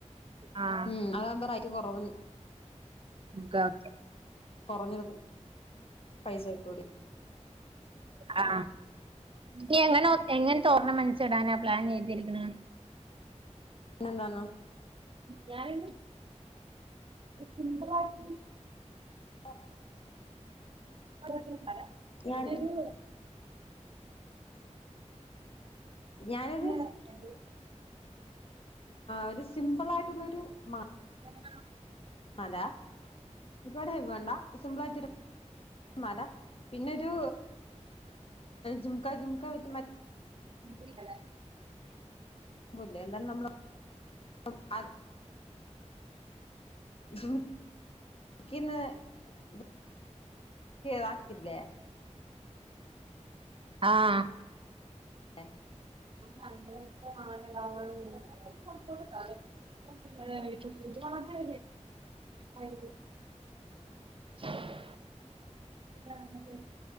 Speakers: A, on the right; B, on the left.
A: ആ
B: ഉം അതാവ്മ്പറേറ്റ് കൊറവ്
A: ഗാത്ത്
B: കൊറഞ്ഞട്ത്ത് പൈസ ഇട്ടുടി
A: ആഹ് നി എങ്ങനെ എങ്ങത്തെ ഓർണമെന്സിടാനാ പ്ലാൻ ചെയ്തിരിക്ക്‌ണേ
B: നെന്താന്നോ
A: ഞാന്ണ്ട് സിമ്പിളായിട്ടും
B: <unintelligible>
A: കരിമണിമാല പിന്നൊരു
B: ഞാൻ ഞാനൊരു
A: <unintelligible> <unintelligible>
B: ഒരു സിമ്പിളായിട്ട്ള്ളൊരു മ
A: വേണാ
B: പാന്റാ ഒരുപാട് വേണ്ട സിമ്പിളായിട്ടൊരു മാല പിന്നെരു ജുമ്ക്കാ ജുമ്ക്കാ വിത്ത് മ
A: മൂവികള്
B: വൂല്ലേ എന്താലും നമ്മള് <unintelligible> ജിമിക്കിന്ന് <unintelligible> താക്കില്ലേ
A: ആഹ്
B: എ
A: <unintelligible> അങ്ങനത്തെ മാല <unintelligible> എ പുത്തുറ്റ് മാണാത്ത കാര്യാ <unintelligible> <unintelligible>